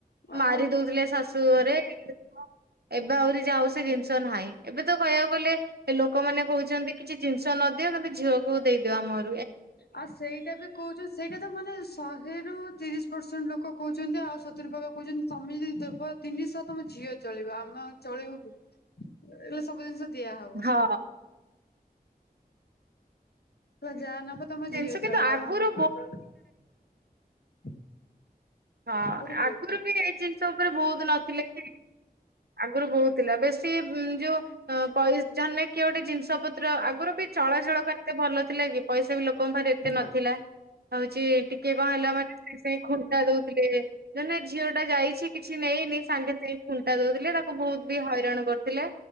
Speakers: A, on the left; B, on the right.
A: ଆଉ
B: ମାରି ଦୋଉଥିଲେ ଶାଶୁ ଘରେ । ଏବେ ଆହୁରି ଯାଉ ସେ ଜିନିଷ ନାହିଁ । ଏବେ ତ କହିବାକୁ ଗଲେ ଏ ଲୋକମାନେ କୋହୁଛନ୍ତି କିଛି ଜିନିଷ ନଦିଅ କିନ୍ତୁ ଝିଅକୁ ଦେଇଦିଅ ଆମ ହ
A: ଆଉ ସେଇଟା ବି କୋହୁଚୁ ସେଇଟା ତ ମାନେ ଶହେରୁ ତିରିଶ ପର୍ସେଣ୍ଟ ଲୋକ କୋହୁଚନ୍ତି ଆଉ ସତୁରି ପର୍ସେଣ୍ଟ ଲୋକ କୋହୁଚନ୍ତି ତମେ ଯଦି ଦେବ ତିନିଷ ତମ ଝିଅ ଚଳିବ ଆମେ ଆ ଚଳିବୁକି ଏ ହେଲେ ସବୁ ଜିନିଷ ଦିଆହବ।
B: ହଁ।
A: ତମେ ଯାହା ନବ ତମ
B: ଜିନିଷ
A: ଝିଅ
B: କିନ୍ତୁ
A: ଚଳିବ
B: ଆଗରୁ
A: ଆମେ କଣ
B: ବହୁତ
A: ଚଳିବୁ।
B: ହଁ
A: ଆଗରୁ କହୁଥିଲେ
B: ଆଗୁରୁ ବି ଏ ଜିନଷ ଉପରେ ବୋହୁତ ନ ଥିଲା କି? ଆଗରୁ ବୋହୁତ ଥିଲା ବେଶୀ ଯୋଉ ଉଁ ପାଇସ୍ ଜାନ୍ ରେ କିଏ ଗୋଟେ ଜିନିଷ ପତ୍ର ଆଗରୁ ବି ଚଳାଚଳ ପାଇଁ ଏତେ ଭଲ ଥିଲା କି ପଇସା ବି ଲୋ ଲୋକଙ୍କ ପାଖରେ ଏତେ
A: ନା।
B: ନଥିଲା ତ ହୋଉଚି ଟିକେ କଣ ହେଲା ମାନେ ସାଙ୍ଗେ ସାଙ୍ଗେ ଖୁଣ୍ଟା ଦୋଉଥିଲେ ଧରନିଅ ଝିଅଟା ଯାଇଚି କିଛି କିଛି ନେଇ ନେଇ ସାଙ୍ଗେ ସାଙ୍ଗେ ଖୁଟା ଦୋଉଥିଲେ ତାକୁ ବୋହୁତ ବି ହଇରାଣ କରୁଥିଲେ